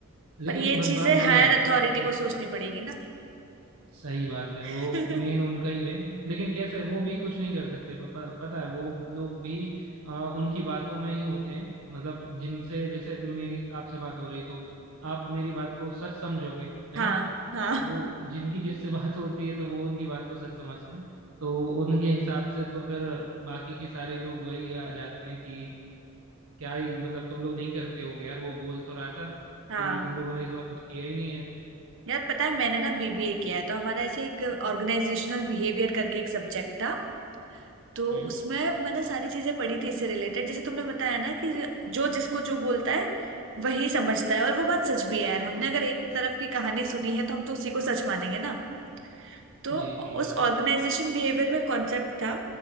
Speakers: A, on the right; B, on the right.
A: लेकिन
B: पर ये
A: बस
B: चीजें
A: बात वही
B: हायर
A: आ जाती
B: अथॉरिटी को
A: है
B: सोचनी
A: कि
B: पड़ेगी ना
A: सही बात है
B: <laughs>
A: वो मेन उनका ही है लेकिन कैसे वो भी कुछ नहीं कर सकते प, प, पता है वो लोग भी अ, उनकी बातों में ही होते हैं मतलब जिनसे जैसे मेरी आपसे बात हो रही है तो आप मेरी बात को सच समझोगे है
B: हाँ
A: ना
B: हाँ
A: तो जिनकी जिससे बात <laughs> होती है तो वो उनकी बात को सच समझते हैं तो उनके हिसाब से तो फिर बाकी के सारे लोग वही आ जाते हैं कि क्या ही मतलब तुम लोग नहीं करते होगे यार वो बोल तो रहा था
B: हाँ
A: कि तुम लोगों ने इस बार कुछ किया ही नहीं है
B: यार पता है मैंने ना बीबीए किया है तो हमारा ऐसे एक ऑर्गेनाइजेशनल बिहेवियर करके एक सब्जेक्ट था तो
A: हम्म
B: उसमें मैंने सारी चीजें पढ़ी थी इससे रिलेटेड जैसे तुमने बताया ना कि जो जिसको जो बोलता है वही समझता है और वो बात सच भी है यार हमने अगर एक तरफ की कहानी सुनी है तो हम तो उसी को सच मानेंगे ना तो
A: जी जी
B: उस
A: बिल्कुल
B: ऑर्गेनाइजेशन बिहेवियर में कॉन्सेप्ट था